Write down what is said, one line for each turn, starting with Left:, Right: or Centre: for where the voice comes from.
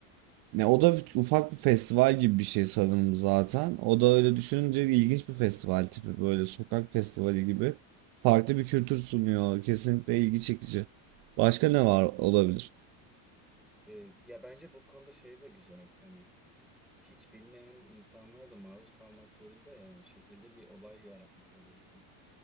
Right: Ne o da ufak bir festival gibi bir şey sanırım zaten. O da öyle düşününce ilginç bir festival tipi böyle sokak festivali gibi. Farklı bir kültür sunuyor. Kesinlikle ilgi çekici. Başka ne var olabilir?
Centre: Eee, ya bence bu konuda şey de güzel hani hiç bilmeyen insanlar da maruz kalmak zorunda ya yani şehirde bir olay yaratmış oluyorsun.